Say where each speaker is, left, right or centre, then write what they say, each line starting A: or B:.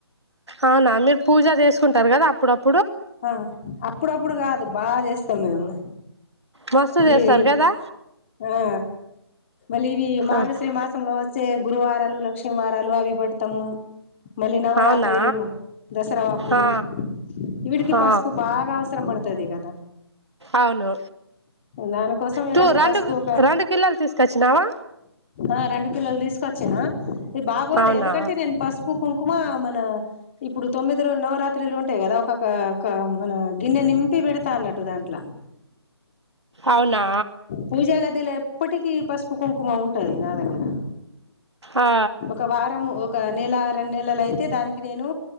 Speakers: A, on the right (about 80°); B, on the left (about 25°).
A: అవునా మీరు పూజ చేసుకుంటారు కదా అప్పుడాప్
B: ఆ అప్పుడప్పుడు కాదు బాగా చేస్తాం మేము
A: మస్తు చేస్తారు
B: ఏయ్
A: కదా
B: ఆ మళ్ళీ ఇవి మార్గశ్రీ
A: ఓకే
B: మాసంలో వచ్చే గురువారాలు, లక్ష్మీ వారాలు అవి పెడతము. మళ్ళీ నవరాత్రిలు
A: అవునా
B: దసరా అప్పుడు
A: ఆ
B: ఇవీటికి
A: ఆ
B: పసుపు బాగా అవసరం పడతది ఇగ.
A: అవును
B: దానికోసం ఇగస్
A: టూ రెండు
B: పసుపు ఒక
A: రెండు కిలోలు తీసుకొచ్చినావా
B: ఆ రెండు కిలోల్ తీసుకొచ్చిన ఇ బాగ్ వొతాయ్
A: అవునా
B: ఎందుకంటే నేన్ పసుపు, కుంకుమ మన ఇప్ ఇప్పుడు తొమ్మిది రోజులు నవరాత్రిలు ఉంటాయి గదా. ఒకొక్క ఒక మన గిన్నె నింపి వెడ్తా అన్నట్టు టుదంట్ల
A: అవునా
B: పూజా గదిలో ఎప్పటికీ పసుపు, కుంకుమ ఉంటది నా దగ్గర
A: ఆ
B: ఒక వారము ఒక్ ఒక నెల, రెండు నెలలు అయితే దానికి నేను